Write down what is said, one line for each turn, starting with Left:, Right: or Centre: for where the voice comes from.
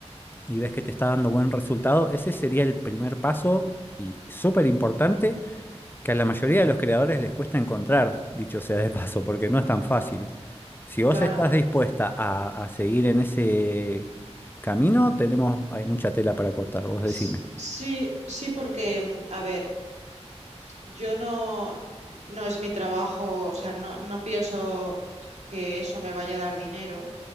Left: y ves que te está dando buen resultado, ese sería el primer paso y súper importante que a la mayoría de los creadores les cuesta encontrar, dicho sea de paso, porque no es tan fácil. Si vos
Right: claro.
Left: estás dispuesta a, a seguir en ese camino, tenemos, hay mucha tela para cortar, vos decime.
Right: S- Sí, sí, porque, mm, a ver, yo no, no es mi trabajo, o sea, no, no pienso que eso me vaya a dar dinero,